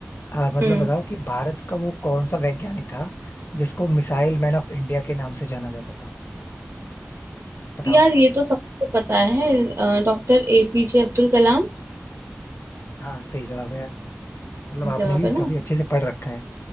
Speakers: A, on the left; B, on the right.
A: अ, मतलब
B: हम्म
A: बताओ कि भारत का वो कौन सा वैज्ञानिक था जिसको मिसाइल मैन ऑफ इंडिया के नाम से जाना जाता था बताओ
B: यार ये तो सबको पता है डॉक्टर एपीजे अब्दुल कलाम
A: हाँ सही जवाब है यार मतलब आपने
B: जवाब
A: भी
B: है ना
A: काफी अच्छे से पढ़ रखा है